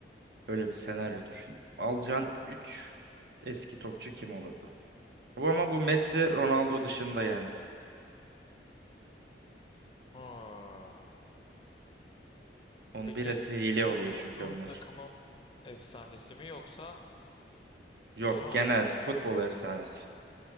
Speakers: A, on the right; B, on the left.
A: Öyle bir senaryo düşün. Alacağın 3 eski topçu kim olurdu? Bu ama bu
B: Üç.
A: Messi, Ronaldo dışında yani.
B: Ha.
A: Onun
B: Peki
A: birisi hile
B: kendi
A: oluyor çünkü
B: bulunduğum
A: onlar.
B: takımım efsanesi mi yoksa
A: Yok
B: genel olarak
A: genel futbol
B: mı?
A: efsanesi.